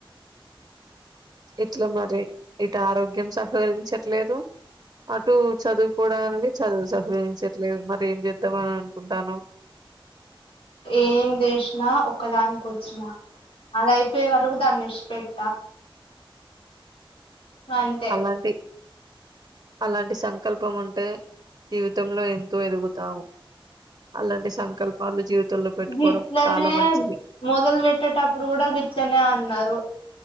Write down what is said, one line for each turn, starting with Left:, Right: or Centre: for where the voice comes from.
Right: ఇట్లా మరి ఇటు ఆరోగ్యం సహకరించట్లేదు అటు చదువుపోవడానికి చదువు సహరించట్లేదు మరి ఏం చేద్దామ అని అనుకుంటాను
Left: ఏం చేసినా ఒక్కదానికి వచ్చినా అదయిపోయే వరకు దాన్ని ఇష్పెట్ట అంతే
Right: అలాంటి అలాంటి సంకల్పం ఉంటే జీవితంలో ఎంతో ఎదుగుతావు అలాంటి సంకల్పాలు జీవితంలో పెట్టుకోవడం
Left: గిట్లనే
Right: చాలా మంచిది
Left: మొదలు పెట్టేటప్పుడు కూడా గిట్నే అన్నారు